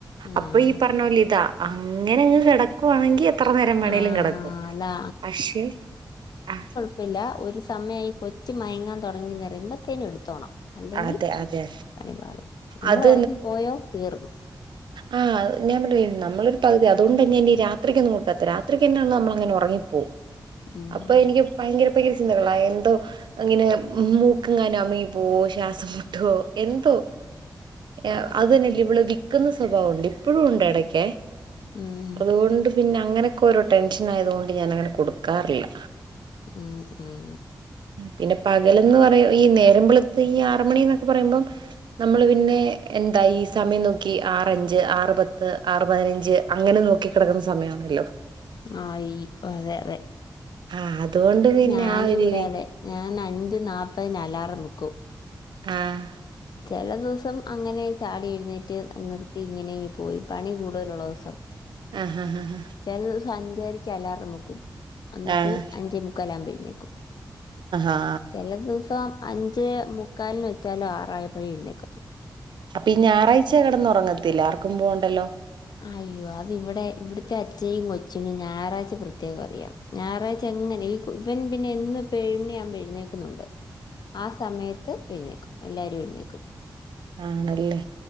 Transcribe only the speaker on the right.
അപ്പൊ ഈ പറഞ്ഞോ ലീതാ അങ്ങനെ അങ്ങ് കിടക്കുവാണെങ്കി- ത്ര നേരം വേണെേലും
കെടക്കും
പക്ഷെ ആഹ
അതെ അതെ
അത്
ആ ഞ പറഞ്ഞി നമ്മളൊരു പകുതി അുതുകൊണ്ടന്നീ രാത്രി ക്കൊന്നും കൊടുക്കത്ത രാത്രിക്ക് തന്നെ നമ്മളങ്ങ ഉറങ്ങിപ്പോവും.
അപ്പൊ എനികും - ഭയങ്കര പയങ്കര ചിന്തകളായി എന്തോ ഇങ്ങനെ മൂക്കങ്ങാനു അമിങ്ങി പോവോ. ഗ്യാസം മുട്ടോ എന്തോ എഹ
അതി നല്ലി ബ്ളാകി - ക്ക്ന്ന സ്വഭാവുണ്ട് ഇപ്പഴുണ്ട് എടക്കെ
അതോണ്ട്. പിന്നെ അങ്ങനെക്കെരോ ടെൻഷനായതോണ്ട് ഞാനങ്ങനെ കൊടുക്കാറില്ല.
പിന്നെ പകലന്ന് പറയാം ഈ നേരമ്പളുത്ത് ഈ ആറ മണി എന്നൊക്കെ പറയുമ്പോം നമ്മൾ പിന്നെ എന്താ ഈ സമയം നോക്കി ആറഞ്ച് ആറുപത്ത് ആറുപതിനഞ്ച് അങ്ങനെ നോക്കി കിടക്കുന്ന സമയമാണല്ലോ
ആ അതുകൊണ്ട് പിന്നെ
ആ ഒരു
ആഹ്
ആഹ് ആഹ് ആഹ് ആഹ്
ആ
ആ
അപ്പ ഈ ഞായറാഴ്ച കടന്ന് ഉറങ്ങത്തില്ല ആർക്കും പോവണ്ടല്ലോ
ആണല്ലേ